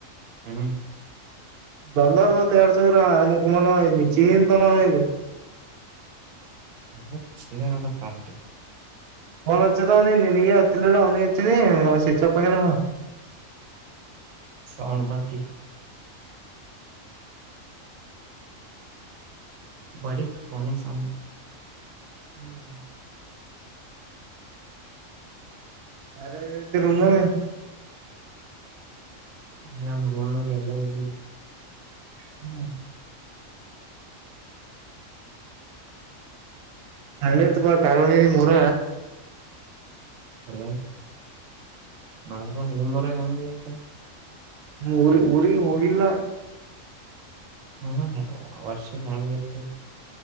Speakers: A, on the right (about 80°); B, on the right (about 60°).
A: ಹ್ಮ್
B: ದಧ ಮತ್ತ ಎರಡ್ ಸಾವರ ಮುಕಮಾನ ನಿಚಿಂತ ನಗ <unintelligible>
A: ಅ ಸರದ ಪಾರ್ಟಿ
B: ನ್ಚ್ಚದ ಅವನಿ ನೀಿನಗೆ ಹತ್ತಲ್ಲ ಅವನಿ ಹಚ್ಚ ನೀ ಸ್ವಿಚ್ ಆಫ್ ಆಗಿದೆ ಅವ
A: ಸೌಂಡ್ ಬಂತ ಬಡಿತ ಹೊನೆ ಸಾಮನೆ <inaudible>
B: ಹ್ಮ್ ಹ್ಮ್ <inaudible> ಅ ಇ್ದ ರೂಮ <unintelligible>
A: ನ ರ ಎಲ್ಲ <inaudible>
B: ಹ್ಮ್ <inaudible> ಹಂಗೇ ತು ಬಾ ಕಾರವಣಿನ ಮೂರ
A: ಚಲ ಆ್ತ ನಿಮ್ಮರ ಹೆಂಗ ಇತ್ತು <inaudible>
B: ಊರಿ ಊರಿಗೆ ಹೋಗಿಲ್ಲ
A: ಹ್ಮ ವಾರ್ಷ ಹ್ಯಾತ್ತು <unintelligible>